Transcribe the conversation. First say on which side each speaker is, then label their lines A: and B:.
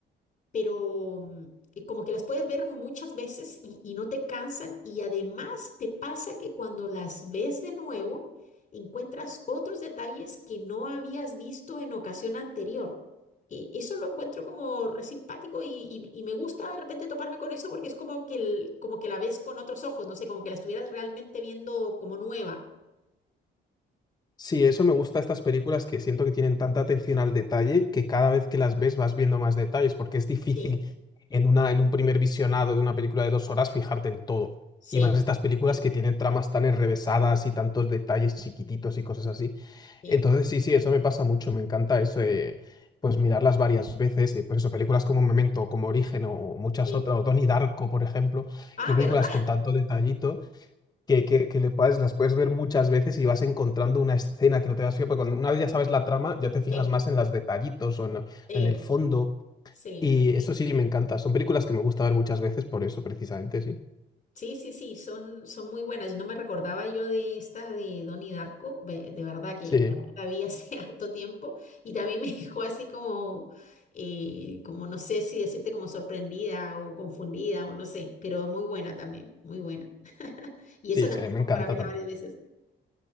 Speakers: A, on the left; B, on the left.
A: pero mm, eh, como que las puedes ver muchas veces y, y no te cansan y además te pasa que cuando las ves de nuevo encuentras otros detalles que no habías visto en ocasión anterior. Eh, eso lo encuentro como re simpático y, y- y me gusta de repente toparme con eso porque es como que, el- como que la ves con otros ojos, no sé, como que la estuvieras realmente viendo como nueva.
B: Sí, eso me gusta de estas películas que siento que tienen tanta atención al detalle que cada vez que las ves vas viendo más detalles, porque es difícil
A: Sí,
B: en una, en un primer visionado de una película de dos horas fijarte en todo.
A: sí,
B: Y más estas películas
A: sí,
B: que tienen tramas tan enrevesadas y tantos detalles chiquititos y cosas así.
A: sí,
B: Entonces, sí, sí, eso me pasa mucho, me encanta eso, eh, pues mirarlas varias veces, eh, por eso películas como Memento, como Origen o muchas
A: sí.
B: otras, o Donnie Darko, por ejemplo,
A: Ah,
B: que son películas
A: ¿verdad? <laughs>
B: con tanto detallito que, que, que le puedes, las puedes ver muchas veces y vas encontrando una escena que no te das fijado, porque cuando una vez ya sabes la trama, ya te fijas
A: Sí,
B: más en los detallitos o en, lo-
A: sí,
B: en el fondo,
A: sí.
B: y
A: Sí.
B: eso sí, me encanta, son películas que me gusta ver muchas veces por eso, precisamente, sí.
A: Sí, sí, sí, son, son muy buenas. No me recordaba yo de esta de Donnie Darko, ve- de, verdad que
B: Sí,
A: también la vi hace <laughs> harto tiempo y también me <laughs> dejó así como, eh, como no sé si decirte como sorprendida o confundida o no sé, pero muy buena también, muy buena. <laughs> Y
B: sí,
A: esa también
B: sí, a mí
A: es
B: me
A: como
B: encanta
A: para verla
B: también.
A: varias veces.